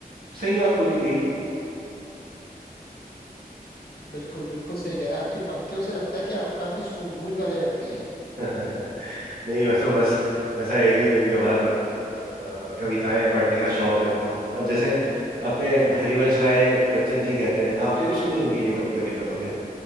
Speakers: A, on the right; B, on the left.
A: सही बात बोली गई है।
B: बिल्कुल बिल्कुल सही कह रहे हैं आपकी पंक्तियों से लगता है कि आप काफी सूझबूझ वाले व्यक्ति हैं
A: <laughs> नहीं वैसे तो बस ऐसा है कि कभी कभार अ, कविताएं पढ़ने का शौक रखता हूँ अब जैसे अपने हरिवंश राय बच्चन जी कहते हैं आपने भी सुनी होगी ये वाली कविता तो खैर